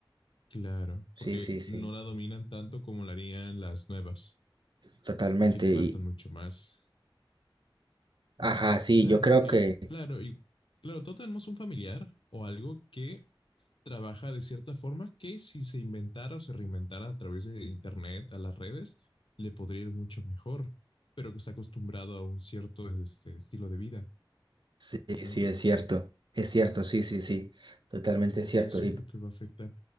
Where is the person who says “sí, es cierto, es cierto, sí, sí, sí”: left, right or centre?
Right